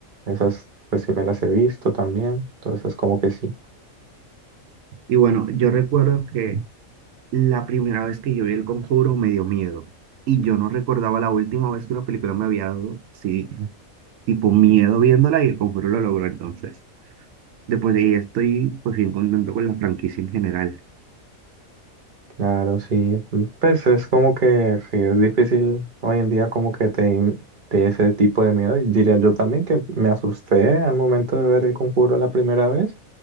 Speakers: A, on the right (about 45°); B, on the right (about 70°).
A: esas pues sí me las he visto también, entonces como que sí.
B: Y bueno, yo recuerdo que la primera vez que yo vi El Conjuro me dio miedo. Y yo no recordaba la última vez que una película me había dado así, tipo miedo viéndola y El Conjuro lo logró entonces. Después de ahí estoy pues bien contento con la franquicia en general.
A: Claro, sí. Pues es como que sí, es difícil hoy en día como que te in- te ese tipo de miedo. Y Diría yo también que me asusté al momento de ver el conjuro la primera vez,